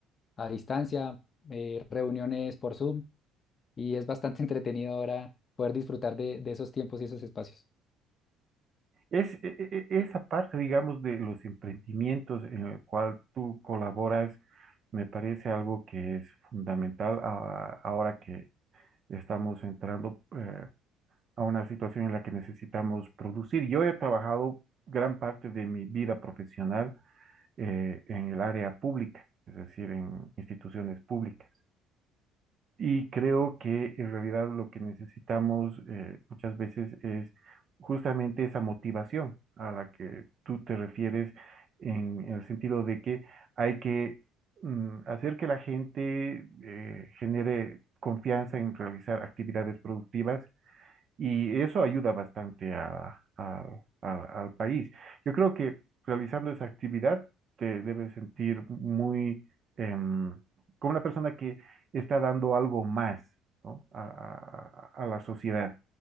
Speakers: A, on the left (about 25°); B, on the right (about 35°).
A: a distancia, eh, reuniones por Zoom, y es bastante <laughs> entretenido ahora poder disfrutar de, de esos tiempos y esos espacios.
B: Es e- e- e- esa parte, digamos, de los emprendimientos en el cual tú colaboras, me parece algo que es fundamental a- ahora que estamos entrando eh, a una situación en la que necesitamos producir. Yo he trabajado gran parte de mi vida profesional eh, en el área pública, es decir, en instituciones públicas. Y creo que en realidad lo que necesitamos eh, muchas veces es justamente esa motivación a la que tú te refieres en, en el sentido de que hay que mm, hacer que la gente eh, genere confianza en realizar actividades productivas y eso ayuda bastante a- a- a- al país. Yo creo que realizando esa actividad te debes sentir muy em, como una persona que está dando algo más, ¿no? a, a- a- la sociedad.